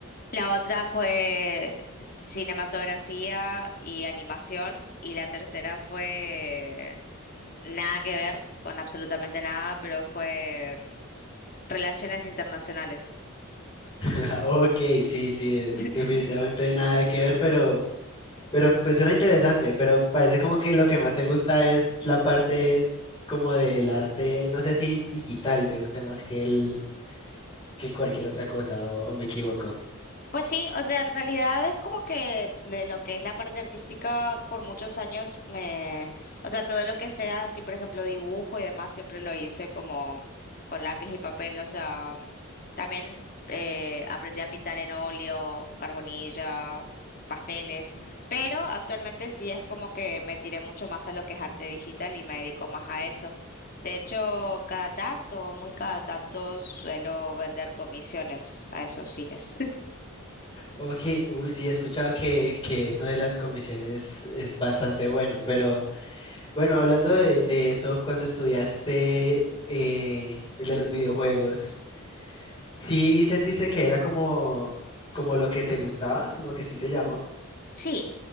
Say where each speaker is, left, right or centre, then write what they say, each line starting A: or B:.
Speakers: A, on the left; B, on the left.
A: La otra fue cinematografía y animación y la tercera fue nada que ver con absolutamente nada, pero fue Relaciones internacionales.
B: <laughs> Ok, sí, sí,
A: <laughs>
B: definitivamente hay nada que ver, pero, pero pues suena interesante, pero parece como que lo que más te gusta es la parte como del arte, no sé si digital te guste más que el, que cualquier otra cosa, o, o me equivoco.
A: Pues sí, o sea, en realidad es como que de lo que es la parte artística por muchos años me, o sea, todo lo que sea así, por ejemplo, dibujo y demás, siempre lo hice como con lápiz y papel, o sea, también eh, aprendí a pintar en óleo, carbonilla, pasteles, pero actualmente sí es como que me tiré mucho más a lo que es arte digital y me dedico más a eso. De hecho, cada tanto, muy cada tanto suelo vender comisiones a esos fines.
B: Ok, uy, sí, he escuchado que, que eso de las comisiones es bastante bueno, pero bueno, hablando de, de eso, cuando estudiaste eh, el de los videojuegos, ¿Sí sentiste que era como, como lo que te gustaba? ¿Como que sí te llamó?
A: Sí,